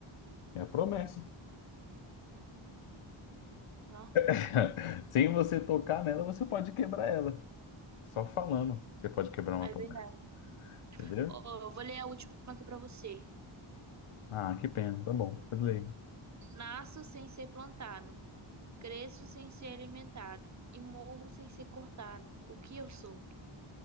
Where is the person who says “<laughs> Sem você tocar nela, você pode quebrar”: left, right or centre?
Left